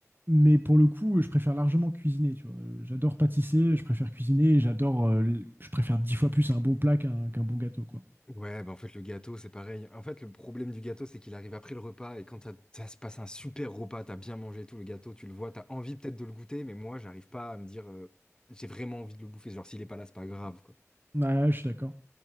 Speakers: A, on the right (about 40°); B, on the left (about 15°).
A: mais pour le coup, je préfère largement cuisiner, tu vois. Euh, J'adore pâtisser, je préfère cuisiner, et j'adore, euh, l- je préfère dix fois plus un bon plat qu'un qu'un bon gâteau, quoi.
B: Ouais, bah en fait, le gâteau, c'est pareil. En fait, le problème du gâteau, c'est qu'il arrive après le repas. Et quand t'as- ça se passe un super repas, t'as bien mangé et tout, le gâteau, tu le vois, t'as envie peut-être de le goûter, mais moi, j'arrive pas à me dire, euh, j'ai vraiment envie de le bouffer. Genre, s'il est pas là, c'est pas grave, quoi.
A: Ouais, je suis d'accord.